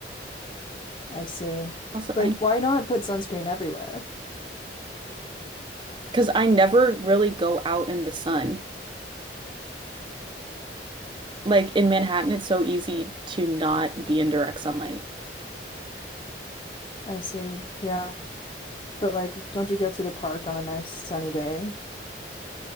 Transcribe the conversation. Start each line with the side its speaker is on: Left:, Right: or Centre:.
Left: I see.
Right: Also,
Left: But
Right: I
Left: why not put sunscreen everywhere?
Right: because I never really go out in the sun. Like in Manhattan, it's so easy to not be in direct sunlight.
Left: I see. Yeah. But like, don't you go to the park on a nice sunny day?